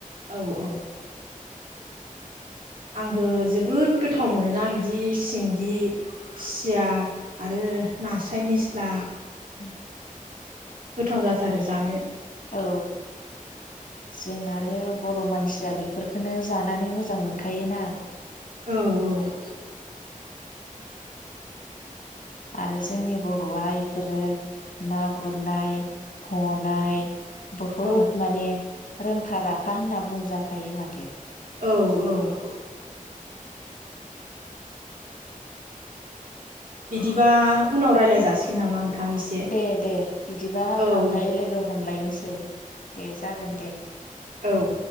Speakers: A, on the right; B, on the left.
A: औ! औ! आंबो जोबोद गोथाव मोनोना बिदि सिंगि,, खुसिया आरो नास्राय निस्ला,,
B: <unintelligible> <inaudible>
A: गोथाव जाथारो जानो,,
B: औ! जों आरो बर' मानसिया बेफोरखौनो जानानै मोजां मोनखायोना।
A: औ! औ!
B: आरो जोंनि बर'आ बेफोरो ना गुरनाय,, ह'नाय,, बहुद
A: औ
B: माने रोंखा राखा होनना बुंजाखायो माथो!
A: औ! औ! बिदिबा उनाव राय्लाय जासिगोन नामा! नोंथां एसे
B: दे- दे बिदिबा
A: औ
B: उनावहाय
A: औ
B: लोगो हमलायनोसै। दे जागोन दे
A: औ
B: ओ,,